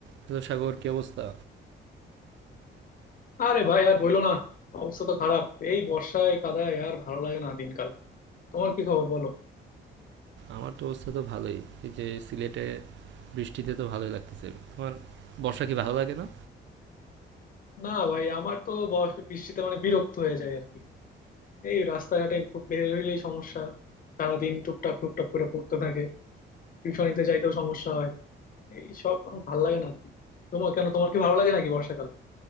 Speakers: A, on the right; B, on the left.
A: তো সাগর কি অবস্থা
B: আরে ভাই আর বইলো না অবস্থা তো খারাপ এই বর্ষায় কাদায় আর ভালো লাগে না দিনকাল তোমার কি খবর বলো
A: আমার তো অবস্থা তো ভালোই এই যে সিলেটে বৃষ্টিতে তো ভালোই লাগতেছে তোমার বর্ষা কি ভালো লাগে না
B: না ভাই আমার তো বর্ষ- বৃষ্টিতে মানে বিরক্ত হয়ে যায় আর কি এই রাস্তাঘাটে খুব বের হইলেই সমস্যা সারাদিন টুপটাপ টুপটাপ করে পড়তে থাকে টিউশনিতে যাইতেও সমস্যা হয় এই সব আমার ভালো লাগে না আর কি তোমার কেন তোমার কি ভালো লাগে নাকি বর্ষাকাল